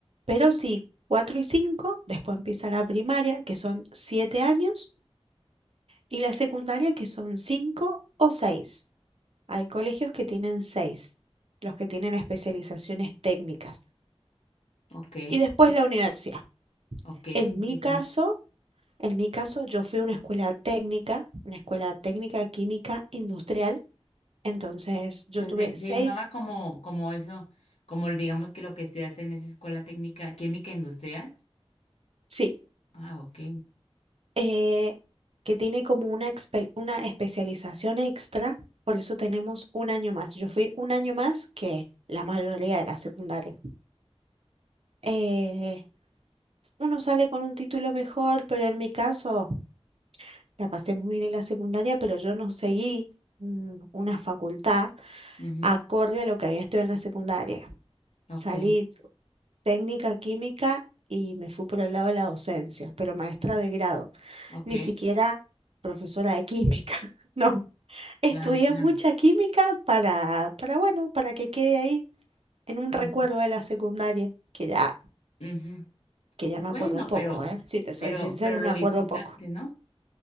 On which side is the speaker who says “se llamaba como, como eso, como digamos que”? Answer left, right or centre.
Left